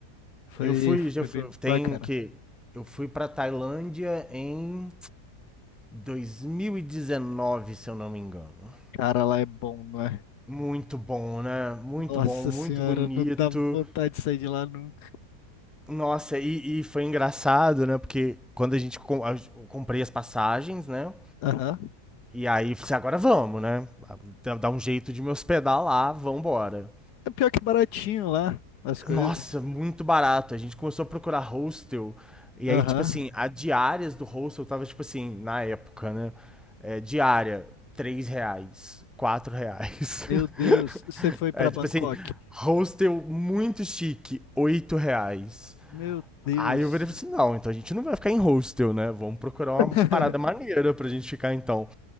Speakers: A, on the left (about 75°); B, in the centre.
A: Foi,
B: Eu fui,
A: foi
B: já fui,
A: bem
B: tem
A: bacana.
B: que eu fui pra Tailândia em 2019, se eu não me engano.
A: Cara, lá é bom, não é?
B: Muito bom, né? Muito
A: Nossa
B: bom, muito
A: senhora,
B: bonito.
A: não dá vontade de sair de lá nunca.
B: Nossa, e, e foi engraçado, né? Porque quando a gente com- a- eu comprei as passagens, né?
A: Aham.
B: E aí eu falei, assim, agora vamos, né? Dá- Dá um jeito de me hospedar lá, vambora.
A: É pior que baratinho lá, as coisas.
B: Nossa, muito barato. A gente começou a procurar hostel. E
A: Aham.
B: aí, tipo assim, a diárias do hostel tava, tipo assim, na época, né? É, diária, 3 reais, 4 reais.
A: Meu
B: <laughs>
A: Deus, você foi para
B: É, tipo
A: Bangkok.
B: assim, hostel muito chique, 8 reais.
A: Meu Deus.
B: Aí eu virei e falei assim, não, então a gente não vai ficar em hostel, né? Vamos procurar uma
A: <laughs>
B: parada maneira pra gente ficar, então.